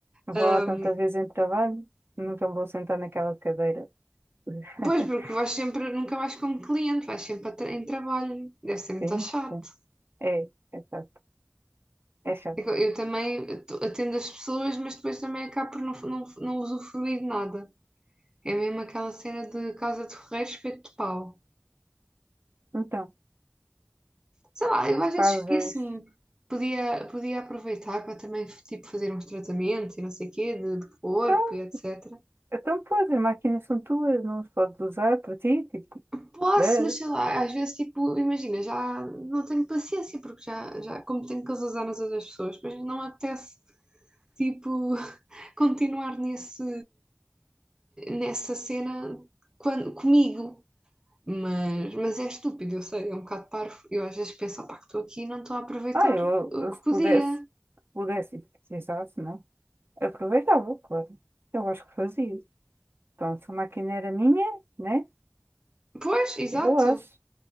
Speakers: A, on the right; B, on the right.
A: Vou
B: Ahm,
A: lá tantas vezes em trabalho, nunca me vou sentar naquela cadeira. <laughs>
B: pois, porque vais sempre, nunca vais como cliente, vais sempre a tra- em trabalho. Deve ser muito
A: Sim,
B: chato.
A: sim. É, é chato. É chato.
B: É que Eu eu também at- atendo as pessoas, mas depois também acabo por não, f- não, f- não usufruir de nada. É mesmo aquela cena de casa de ferreiro, espeto de pau.
A: Então,
B: Sei lá, eu às vezes
A: fazes.
B: esqueço-me. Podia, podia aproveitar para também, tipo, fazer uns tratamentos e não sei o quê, de, de corpo
A: Então,
B: e etc.
A: então, pois, as máquinas são tuas, não as podes usar para ti, tipo.
B: Posso,
A: duh.
B: mas sei lá, às vezes, tipo, imagina, já não tenho paciência, porque já, já como tenho que usar nas outras pessoas, depois não me apetece, tipo, <laughs> continuar nesse, nessa cena quando, comigo. Mas, mas é estúpido, eu sei, é um bocado parvo. Eu às vezes penso, opá, que estou aqui e não estou a aproveitar
A: Ah, eu,
B: o
A: eu
B: que
A: se
B: podia.
A: pudesse, pudesse, e precisasse, não? Aproveitava, claro. Eu acho que fazia. Então, se a máquina era minha, né?
B: Pois, exato.
A: Eu acho.